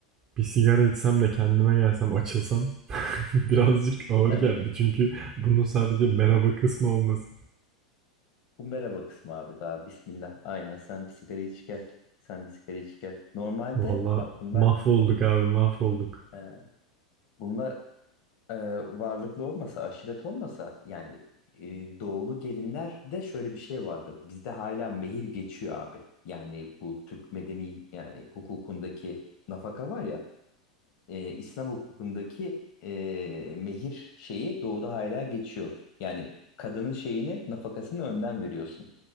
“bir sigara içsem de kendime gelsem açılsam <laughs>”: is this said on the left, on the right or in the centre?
Right